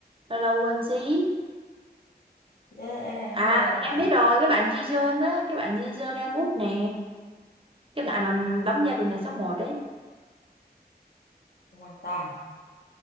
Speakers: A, on the right (about 30°); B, on the left (about 65°).
A: lâu lâu quên xí
B: Chứ R&D
A: à
B: là
A: em biết
B: Hằng
A: rồi cái bạn Jijun á cái bạn Jijun em út nè cái bạn mà đóng gia đình là số một đấy
B: không quan tâm.